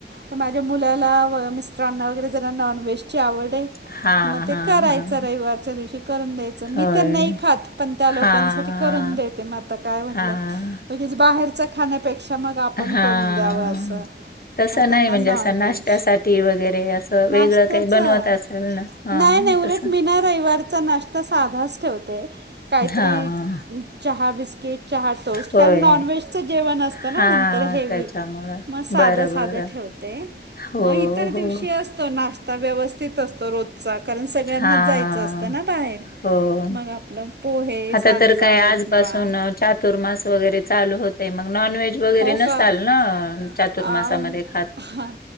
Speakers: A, on the right (about 80°); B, on the left (about 60°).
A: तर माझ्या मुलाला व मिस्टरांना वगैरे जरा नॉनव्हेजची आवड आहे.
B: हां
A: मग ते
B: हां
A: करायचं
B: हां
A: रविवारच्या दिवशी करून द्यायचं मी
B: होय.
A: तर नाही खात पण त्या
B: हां
A: लोकांसाठी करून देते म आता काय म्हटल
B: हां
A: उगीच बाहेरच खाण्यापेक्षा मग आपण
B: हां.
A: करून द्यावं असं.
B: तसं
A: मग त्यांना
B: नाही म्हणजे
A: नॉनव्हेज
B: असं नाश्त्यासाठी वगैरे असं वेगळं
A: नाश्त्याचं
B: काही बनवत असाल ना. हां
A: नाही नाही उलट
B: तसं
A: मी ना. रविवारचा नाश्ता साधाच ठेवते काहीतरी
B: हां
A: चहा, बिस्किट. चहा टोस्ट
B: होय
A: कारण नॉनव्हेजचं जेवण असतं
B: हां
A: ना नंतर हेवी
B: त्याच्यामुळं.
A: मग साधं
B: बरं
A: साधं
B: बरं
A: ठेवते.
B: हो,
A: मग इतर दिवशी
B: हो.
A: असतो नाश्ता व्यवस्थित असतो रो- चा कारण सगळ्यांना
B: हां.
A: जायचं असतं ना बाहेर.
B: हो.
A: मग आपलं पोहे,
B: आता
A: सांजा,
B: तर काय आजपासून
A: उपमा.
B: अ, चातुर्मास वगैरे चालू होतंय मग नॉन व्हेज व्हेज वगैरे
A: हो
B: नसताल
A: का
B: ना चातुर्मासा
A: आम
B: मध्ये खात.
A: हा